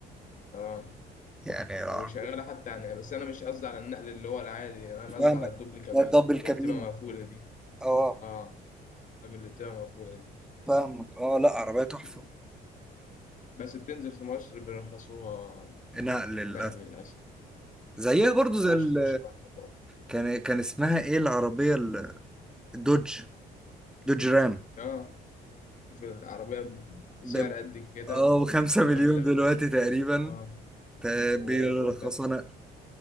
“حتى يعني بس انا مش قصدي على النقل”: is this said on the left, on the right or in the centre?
Left